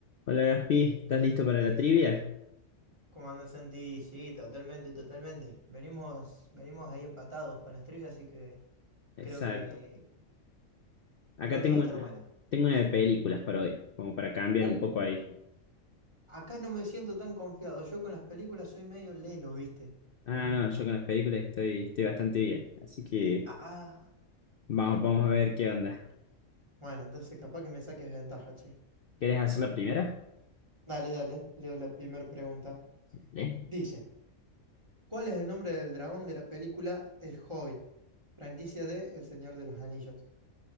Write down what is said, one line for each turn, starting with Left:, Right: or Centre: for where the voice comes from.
Left: Hola Gaspi, ¿estás listo para la trivia?
Right: ¿Cómo andas, Santi? Sí, totalmente, totalmente. Venimos, venimos ahí empatados con las trivias, así que
Left: Exacto.
Right: creo que
Left: Acá
Right: creo
Left: tengo
Right: que va a estar
Left: una,
Right: buena.
Left: tengo una de películas para hoy, como para cambiar
Right: Uh,
Left: un poco ahí.
Right: acá no me siento tan confiado. Yo con las películas soy medio lelo, ¿viste?
Left: Ah, no, yo con las películas estoy, estoy bastante bien, así que
Right: Ah, ah.
Left: vamos, vamos a ver qué onda.
Right: Bueno, entonces capaz que me saques ventaja, che.
Left: ¿Quieres hacer la primera?
Right: Dale, dale, leo la primera pregunta.
Left: ¿Eh?
Right: Dice, ¿cuál es el nombre del dragón de la película El Hobbit? Franquicia de El Señor de los Anillos.